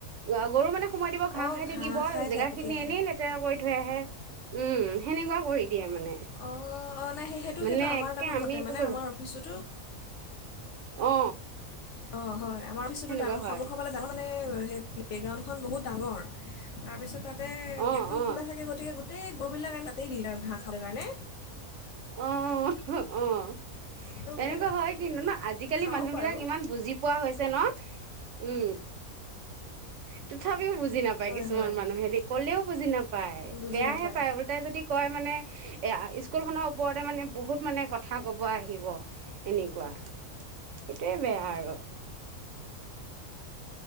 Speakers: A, on the right; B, on the left.
A: অ গৰু মানে সোমাই দিব ঘাঁহ
B: অঁ
A: খাই থাকিব
B: খাই
A: জেগা
B: থাকে
A: খিনি এনেই লেতেৰা কৰি থৈ আহে ও সেনেকুৱা কৰি। দিয়া মানে
B: অঁ অঁ নাই সেই সেইটো
A: মানে
B: সেইটো আমাৰ
A: একে
B: তাতো
A: আমি
B: ঘটে
A: একো
B: মানে
A: কৰিব
B: আমাৰ অফিচটোতো
A: অ
B: অঁ হয় আমাৰ অফিচতো
A: সেনেকুৱা
B: ডাঙৰ
A: হয়
B: সন্খাবালে ডাঙৰ মানে তই সেই বেকগ্ৰাউণ্ড খন বহুত ডাঙৰ তাতে
A: অ
B: গেটখন
A: অ
B: খোলা থাকে গতিকে তেই গৰবিলাে তাই কাতি দিলে ভা সেইটোকাৰণে
A: অ'হ অ'হ
B: আৰু
A: এনেকুৱা
B: বেয়া
A: হয় কিন্তু ন আজিকালি
B: খাওক
A: মানুহ
B: বাৰু
A: বিলাক ইমান বুজি পোৱা হৈছে ন, উম। তথাপি তিও বুজি নাপায়
B: হয়
A: কিছুমান
B: হয়
A: মানুহে দেই, ক'লেও বুজি নাপায়
B: বুজি
A: বেয়াহে
B: নাপায়
A: পায় উল্টাই যদি কয় মানে এ স্কুল খনৰ ওপৰতে মানে বহুত মানে কথা কব আহিব এনেকুৱা, সেইটোৱে বেয়া আৰু